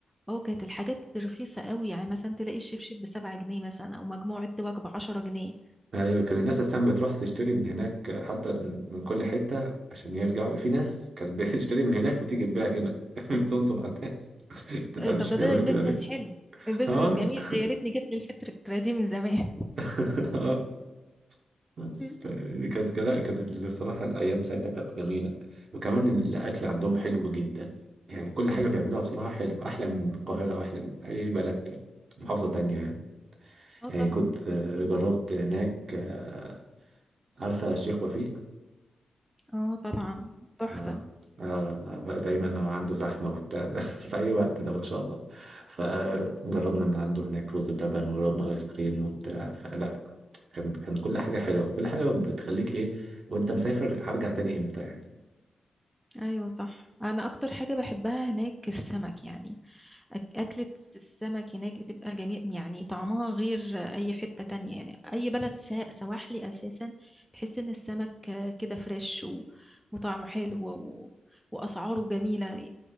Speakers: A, in the centre; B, on the right (about 50°).
A: اه كانت الحاجات رخيصة قوي يعني مثلا تلاقي الشبشب بسبعة جنيه مثلا او مجموعة توك بعشرة جنيه
B: أيوة كان الناس أساسا بتروح تشتري من هناك حتى من كل حتة عشان يرجعوا في ناس كانت بتشتري من هناك وتيجي تبيع هنا <laughs> تنصب على الناس <laughs> تفهمش
A: آه، طب ده
B: بيعملوا
A: ده بيزنس
B: كده ليه؟
A: حلو بيزنس
B: اه
A: جميل ده يا ريتني جت لي الفكرة دي من زمان
B: <laughs> اه بس
A: مم.
B: ف- كانت لا كانت الصراحة الأيام ساعتها كانت جميلة وكمان الأكل عندهم حلو جدا يعني كل حاجة
A: مم.
B: بيعملوها بصراحة حلو أحلى من القاهرة وأحلى من أي بلد تاني، محافظة تانية يعني
A: اه
B: يعني
A: طبعا
B: كنت آه، جربت هناك آه، عارفة الشيخ وفيق
A: اه طبعا تحفة
B: اه اه لا، بقى دايما هو عنده زحمة وبتاع ده <laughs> في أي وقت ده ما شاء الله فجربنا من عنده هناك رز بلبن وجربنا آيس كريم وبتاع فلا كان كان كل حاجة حلوة كل حاجة بتخليك إيه وأنت مسافر هرجع تاني إمتى يعني
A: ايوه صح انا اكتر حاجة بحبها هناك السمك يعني أك- اكلة السمك هناك بتبقى جميل يعني طعمها غير اي حتة تانية يعني اي بلد سا- سواحلي اساسا تحس ان السمك آه، كده فريش و... وطعمه حلو و... واسعاره جميلة